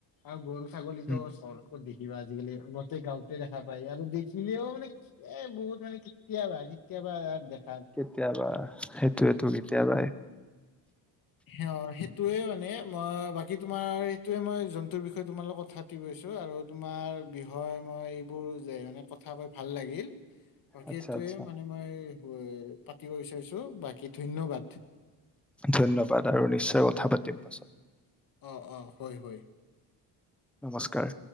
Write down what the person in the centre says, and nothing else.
উম,
কেতিয়াবা, সেইটোয়টো কেতিয়াবাই।
আচ্ছা
আচ্ছা
ধন্যবাদ আৰু নিশ্চয় কথা পাতিম পাছত।
নমস্কাৰ।